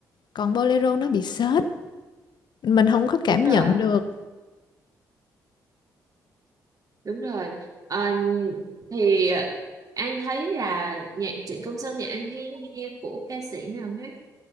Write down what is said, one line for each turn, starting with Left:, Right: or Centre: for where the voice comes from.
Left: còn bolero nó bị sến mình không có cảm
Right: đúng rồi
Left: nhận được
Right: đúng rồi Ờ, thì ờ, anh thấy là nhạc Trịnh Công Sơn thì anh hay nghe của ca sĩ nào hết